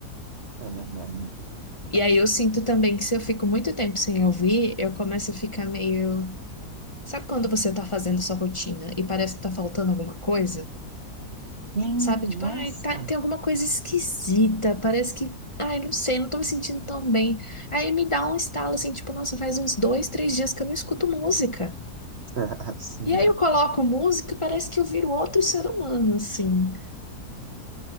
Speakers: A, on the right; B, on the left.
A: É verdade.
B: E aí eu sinto também que se eu fico muito tempo sem ouvir, eu começo a ficar meio. Sabe quando você tá fazendo sua rotina e parece que tá faltando alguma coisa?
A: Hum,
B: Sabe? Tipo,
A: nossa!
B: ai, tá- tem alguma coisa esquisita, parece que. Ai, não sei, não tô me sentindo tão bem. Aí me dá um estalo assim, tipo, nossa, faz uns dois, três dias que eu não escuto música.
A: <laughs> Sim.
B: E aí eu coloco música e parece que eu viro outro ser humano, assim.